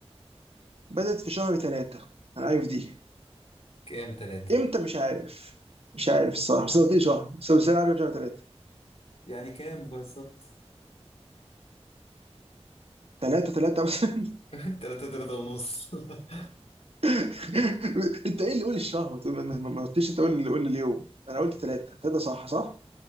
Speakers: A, on the right (about 65°); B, on the left (about 65°).
A: بدات في شهر ثلاثة انا عارف دي
B: كام تلاتة؟
A: امتى مش عارف مش عارف الصراحه بس أنا قلت لي شهر بس بس انا عارف شهر ثلاثة
B: يعني كام بالظبط؟
A: ثلاثة ثلاثة بس <laughs>
B: <laughs> تلاتة تلاتة ونص <laughs>
A: <laughs> انت ايه اللي قول الشهر ما تقول- ما- ما- ما قلتش انت قول اللي قول اليوم انا قلت ثلاثة ثلاثة صح صح